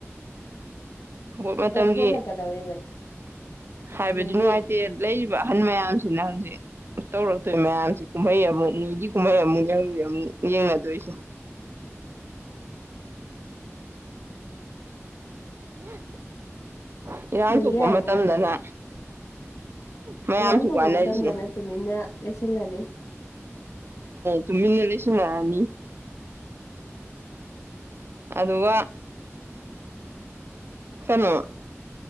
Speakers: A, on the right; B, on the left.
A: ꯍꯧꯣꯠ ꯃꯇꯝꯒꯤ
B: ꯍꯦꯜꯂꯛꯀꯗꯧꯔꯤꯕꯅꯤ
A: ꯍꯥꯏꯕꯗꯤ
B: ꯃꯣꯏꯒꯤ
A: ꯅꯨꯡꯉꯥꯏꯇꯦ ꯂꯩꯔꯤꯕ ꯑꯍꯟ ꯃꯌꯥꯝ ꯁꯤꯅ ꯍꯧꯪꯖꯤꯛ ꯇꯧꯔꯛꯇꯣꯏ ꯃꯌꯥꯝꯁꯤ ꯀꯨꯝꯍꯩ ꯑꯃꯨꯛ ꯃꯣꯏꯒꯤ ꯀꯨꯝꯍꯩ ꯑꯃꯨꯛ ꯌꯥꯝ ꯌꯦꯡꯅꯗꯣꯏꯁꯦ <inaudible> ꯏꯔꯥꯡ
B: ꯃꯣꯏꯒꯤ
A: ꯊꯣꯛꯄ
B: ꯍꯥꯏꯕꯨ
A: ꯃꯇꯝꯗꯅ ꯃꯌꯥꯝꯁꯨ
B: ꯏꯔꯥꯡ ꯊꯣꯛꯄ
A: ꯋꯥꯅꯔꯤꯁꯦ
B: ꯃꯇꯝꯗꯅ ꯇꯨꯃꯤꯟꯅ ꯂꯩꯁꯤꯜꯂꯅꯤ
A: ꯇꯨꯃꯤꯃꯤ ꯅ ꯂꯩꯁꯤꯃꯅꯤ ꯑꯗꯨꯒ ꯁꯅꯣ